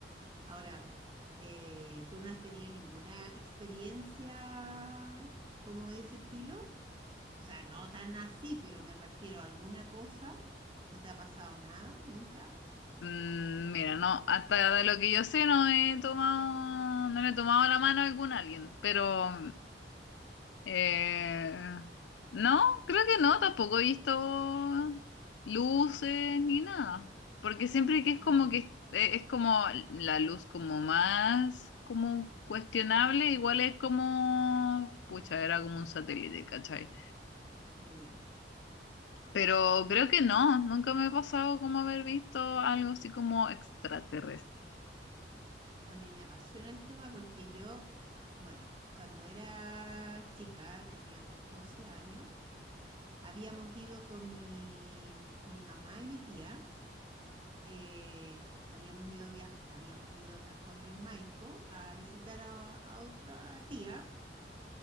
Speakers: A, on the right (about 30°); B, on the left (about 85°).
A: Ahora, eh, ¿tú no has tenido ninguna experiencia como de ese estilo? O sea, no tan así, pero me refiero a alguna cosa. ¿No te ha pasado nada? ¿Nunca?
B: Mm, Mira, no, hasta de lo que yo sé no he tomado, no le he tomado la mano a algún alguien, pero Eh, no, creo que no, tampoco he visto luces ni nada, porque siempre que es como
A: Mm,
B: que es, es como la luz como más como cuestionable, igual es como, pucha, era como un satélite, ¿cachai?
A: ya.
B: Pero creo que no, nunca me ha pasado como haber visto algo así como extraterrestre,
A: A mí me apasiona el tema porque yo, bueno, cuando era chica, tenía como 12 años, habíamos ido con mi, mi mamá y mi tía. eh, habíamos ido, via- habíamos ido al Cajón del Maipo a visitar a, a otra tía